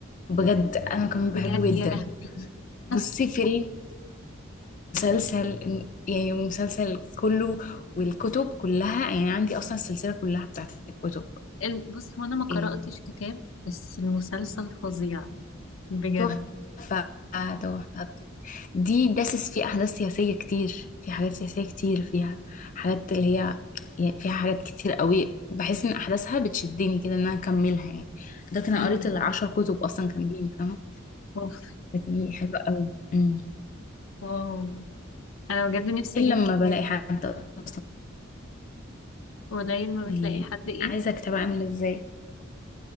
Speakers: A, on the left; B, on the left.
A: بجد أنا كمان
B: بجد
A: بحبه
B: يا
A: جدا
B: لهوي
A: بصي
B: بس
A: فيلم مسلسل يعني مسلسل كله والكتب كلها يعني عندي أصلا السلسلة كلها بتاعت الكتب
B: ال- بص هو انا ما قرأتش
A: إيه.
B: كتاب بس المسلسل فظيع بجد
A: تحفة تحفة دي داسس فيه أحداث سياسية كتير في حاجات سياسية كتير فيها حاجات اللي هي يعني فيها حاجات كتير قوي بحس إن أحداثها بتشدني كده إن أنا أكملها يعني ده كان
B: امم
A: قريت العشر كتب أصلا كاملين فاهمة
B: اوف
A: فدي حلوة قوي أمم.
B: واو انا بجد نفسي
A: إلا
B: اجيب
A: لما
B: كتاب
A: بلاقي حد أصلا
B: قليل ما
A: بي...
B: بتلاقي حد ايه
A: عايزة أكتب أعمل إزاي